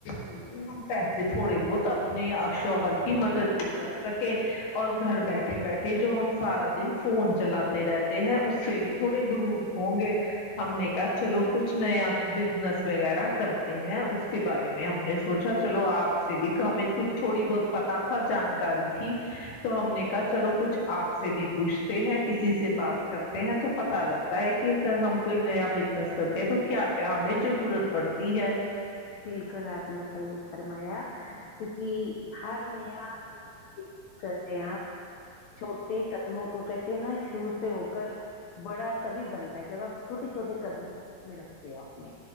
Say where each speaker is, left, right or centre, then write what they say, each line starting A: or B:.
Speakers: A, on the left; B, on the left.
A: ہم پیسے تھوڑے بہت اپنے شوہر کی مدد بھی کر سکے اور گھر
B: بہت
A: بیٹھے
B: اچھی-
A: بیٹھے جو ہم سارا دن فون چلاتے رہتے ہیں اس سے بھی تھوڑے دور ہوں گے ہم نے کہا چلو کچھ نیا بزنس وغیرہ کرتے ہیں اس کے بارے میں
B: جی،
A: ہم نے سونچا چلو آپ سے بھی ہمیں کچھ تھوڑی بہت پتا تھا جانکاری تھی تو ہم نے کہا چلو کچھ آپ سے بھی پوچھتے ہیں کسی سے بات کر تے ہے تو پتا لگتا ہے کہ اگر ہم کوئی نیا بزنس کرتے ہیں تو کیا کیا ہمیں ضرورت پڑتی ہے
B: بالکل آپ نے صحیح فرمایا کیونکہ ہر نیا کوئی <unintelligible> بس کر رہ ہ چوٹ قدموں کو کہتے ہیں نا شور سے ہو کر بڑا تبھی بنتا ہے جب آپ چھوٹے چھوٹے قدم اس میں رکھتے ہو اپنے